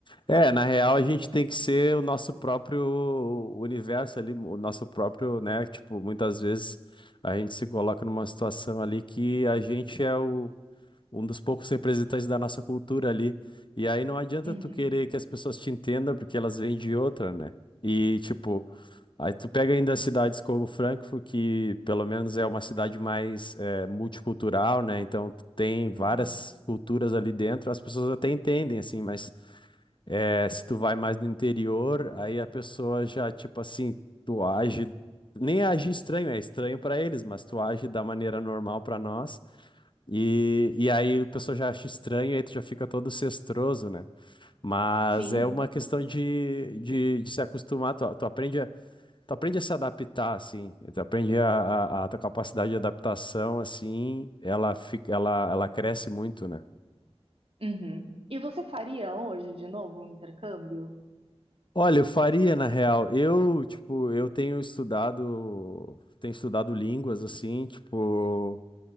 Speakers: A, on the left (about 50°); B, on the right (about 65°).
A: É, na real, a gente tem que ser o nosso próprio universo ali, o nosso próprio, né? Tipo, muitas vezes a gente se coloca numa situação ali que a gente é o um dos poucos representantes da nossa cultura ali. E aí não adianta
B: Uhum,
A: tu querer que as pessoas te entendam, porque elas vêm de outra, né? E, tipo, aí tu pega ainda cidades como Frankfurt, que pelo menos é uma cidade mais eh, multicultural, né? Então tu tem várias
B: uhum.
A: culturas ali dentro, as pessoas até entendem, assim, mas é, se tu vai mais no interior, aí a pessoa já, tipo assim, tu age, nem age estranho, é estranho pra eles, mas tu age da maneira normal pra nós. E, e aí a pessoa já acha estranho, aí tu já fica todo cestroso, né? Mas
B: Sim.
A: é uma questão de, de, de se acostumar, tu, tu aprende a, tu aprende a se adaptar, assim, tu aprende a, a, a tua capacidade de adaptação, assim, ela fica, ela, ela cresce muito, né?
B: Uhum. E você faria hoje de novo um intercâmbio?
A: Olha, eu faria na real. Eu, tipo, eu tenho estudado, tenho estudado línguas assim, tipo,